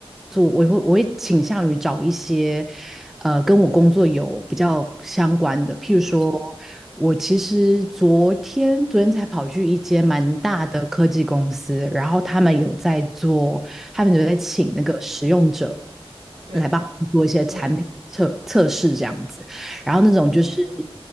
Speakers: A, in the centre; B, on the right.
A: 做，我会我会倾向于找一些，呃，跟我工作有比较相关的，譬如说，
B: 是，
A: 我其实昨天昨天才跑去一间蛮大的科技公司，然后他们有在做，他们有在请那个使用者
B: 嗯，对，
A: 来帮他们做一些产品测测试这样子。
B: 嗯，
A: 然后那种就是
B: 哦，